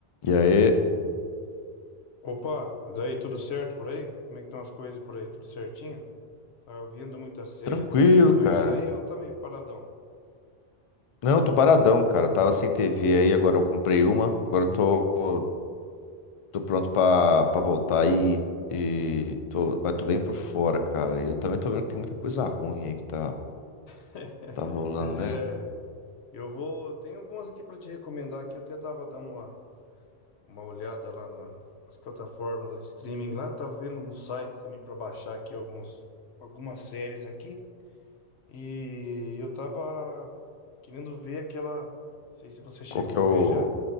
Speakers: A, on the left (about 50°); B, on the left (about 85°).
A: E aí,
B: Opa, e daí, tudo certo por aí? Como é que estão as coisas por aí? Tudo certinho? Tá ouvindo muitas séries
A: tranquilo,
B: ainda e filmes
A: cara.
B: aí ou tá meio paradão?
A: Não, tô paradão, cara. Tava sem TV aí, agora eu comprei uma. Agora eu tô, tô pronto pra, pra voltar aí. E tô, mas tô bem por fora, cara. E eu também tô vendo que tem muita coisa ruim aí que tá,
B: <laughs>
A: tá rolando,
B: Mas
A: né?
B: é, eu vou, tem algumas aqui pra te recomendar aqui, eu até tava dando uma, uma olhada lá na- nas plataformas lá de streaming lá, tava vendo um site também pra baixar aqui alguns algumas séries aqui e eu tava querendo ver aquela, não sei se você chegou
A: Qual que é o.
B: a ver já,